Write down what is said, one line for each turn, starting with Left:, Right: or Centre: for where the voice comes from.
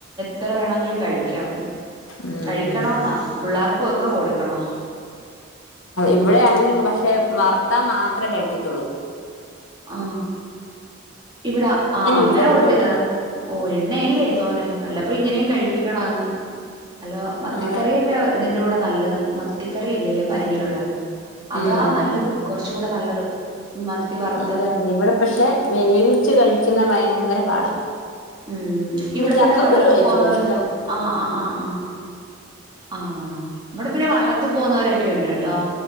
Right: എത്ര വേണോങ്കിലും കഴിക്കാം
Left: ഉം
Right: കഴിക്കണോന്നാ പുള്ളാർക്കുവൊക്കെ കൊടുക്കണം
Left: ഇവിടെ ആണെങ്കിലും പക്ഷെ വർത്താ മാത്രെ കഴിക്കത്തുള്ളൂ
Right: ആ ഇവിടെ ആ അങ്ങനെ
Left: ഒരു കുഴപ്പമുണ്ട്
Right: കൊടുക്കരുത് ഓ എണ്ണയല്ലേ തോനെ വല്ലപ്പോഴു ഇങ്ങനെം കഴിപ്പിക്കണവങ്ങ് ഹലോ മത്തിക്കറിയെക്കെ
Left: അതെ
Right: ഇതിന്റൂടെ നല്ലത് ത്തിക്കറി ഇല്ലേല്ല പരിഞ്ഞിലൊള്ള
Left: ഉം
Right: അതാ
Left: ഉം ഉം
Right: നല്ലത് കൊറച്ചൂടെ നല്ലത് മത്തി വറ
Left: അതെയതെ ഇവിടെ പക്ഷെ വേവിച്ചു കഴിക്കുന്ന ഭയങ്കര പാടാ
Right: ഉം ഇവിടെ
Left: ചക്കക്കുരു
Right: പിന്നെ വള്ളത്തി
Left: കഴിച്ചോളൂ
Right: പോന്നത്
Left: ഇഷ്ടം
Right: ആ ആ ആ ആ ആ നമ്മടെ പിന്നെ വള്ളത്തി പോകുന്നവരൊക്കെ ഒണ്ട് കേട്ടോ